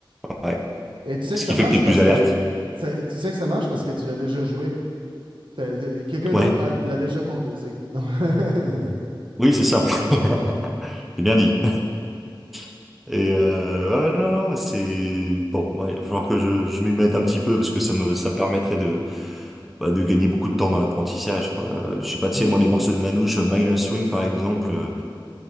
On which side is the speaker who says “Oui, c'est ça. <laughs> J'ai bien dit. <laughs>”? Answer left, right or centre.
Centre